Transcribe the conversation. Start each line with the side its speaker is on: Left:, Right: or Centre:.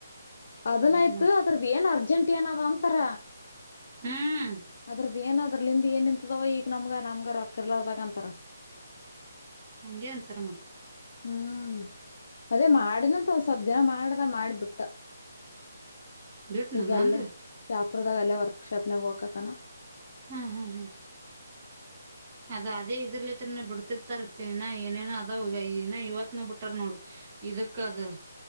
Left: ಅದನಯ್ತು
Right: ಯಾರ್ ಮಾಡ್ಕೊ
Left: ಅದ್ರದ್ದ ಏನ್ ಅರ್ಜೆಂಟೀನೈತ ಅಂತಾರ
Right: ಹ್ಮ್
Left: ಅದ್ರ ಏನ್ ಅದ್ರಲ್ಲಿ ಏನ ಇಂತದವ ಈಗ ನಮ್ಗ ನಮ್ಗ ರೊಕ್ಕರ್ಲರ್ದಾಗ ಅಂತರ.
Right: ಹಂಗೆ ಅಂತರ್ ಮತ್ತೆ.
Left: ಹ್ಮ್ ಅದೇ ಮಾಡನಂತ ಒನ್ ಸ್ವಲ್ಪ ದಿನ ಮಾಡ್ದ ಮಾಡ್ ಬಿಟ್ಟ.
Right: <unintelligible> ಬಿಟ್ನನ
Left: ಈಗ ಅಲ್ಲೇ
Right: ಅಂದ್ರ
Left: ಶಾಪುರದಾಗ ಅಲ್ಲೇ ವರ್ಕಶಾಪ್ನಾಗ ಹೋಗಕತನ.
Right: ಹಾ ಹಾ ಹಾ ಅದ ಅದೇ ಇದರ್ಲಿತ್ರರನ ಬಿಡ್ತಿರ್ತ ಇತ್ತೆ ಇ ಏನೇನೋ ಅದ ಇ ಇವತ್ ನೋ ಬಿಟ್ಟಾರ್ ನೋಡ್ ಇದುಕ್ಕ ಅದು.